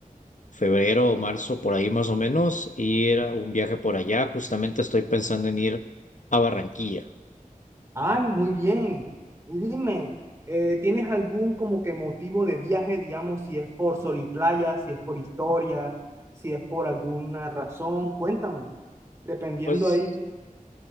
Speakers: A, on the left; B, on the right.
A: febrero o marzo por ahí más o menos, ir a un viaje por allá. Justamente estoy pensando en ir a Barranquilla.
B: Ah, muy bien. Y dime, eh, ¿tienes algún como que motivo de viaje, digamos, si es por sol y playa, si es por historia, si es por alguna razón? Cuéntame, dependiendo
A: Pues
B: ahí.